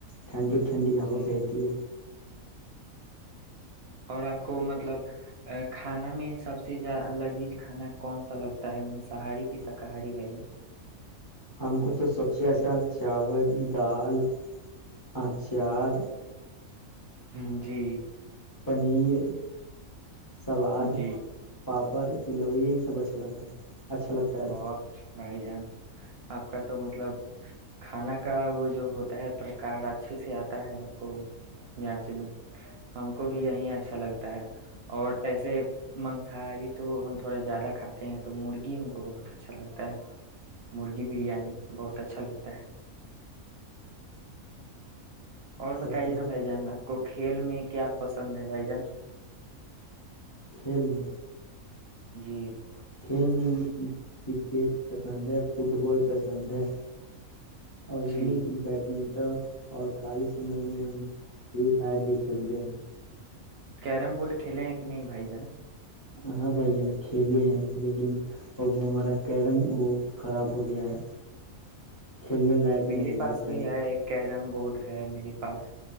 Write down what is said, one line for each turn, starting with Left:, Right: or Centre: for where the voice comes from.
Left: ٹھنڈی ٹھنڈی ہوا
Right: جی
Left: بہتی ہے
Right: اور آپ کو مطلب کھانا میں سب سے لذیذ کھانا کون سا لگتا ہے مساہاری کی شاکاری بھائی جن
Left: ہم کو تو سب سے ایسا چاول دال اچار
Right: ہ جی
Left: نیر سلاد
Right: جی
Left: پاپڑ تلوڑی یہی سب اچھا ا لگ رہا ہے اچھا لگتا ہے
Right: و بھائی جان آپ کا تو مطلب کھانا کا وہ جو ہوتا ہے پرکار اچھے سے آتا ہے آپ کو جانچنے ہم کو بھی یہیں اچھا لگتا ہے اور ایسے مانصاہاری تو ہم تھوڑا زیادہ کھاتے ہیں تو مرغی بہت اچھا لگتا ہے مرغی بریانی بہت اچھا لگتا ہے اور بتائیے
Left: چلیے
Right: نا بھائی جان آپ کو کھیل میں کیا پسند ہے بھائی جان ن <inaudible>
Left: کھیل میں
Right: جی <inaudible>
Left: کھیل میں کرکٹ پسند ہے فٹ بال پسند ہے اور
Right: جی
Left: یہ بیڈمنٹن اور خالی سمے میں ہم فری فائر بھی کھیلتے ہیں
Right: کیرم بورڈ کھیے ہیں کہ نہیں بائی جان
Left: ہاں بھائی جان کھیلے ہیں لیکن اب وہ ہمارا کیرم وہ خراب ہو گیا ہے کھیلنے لائق
Right: میرے
Left: نہیں
Right: پاس
Left: بچا
Right: بھی ہے کیرم بورڈ ہے میرے پاس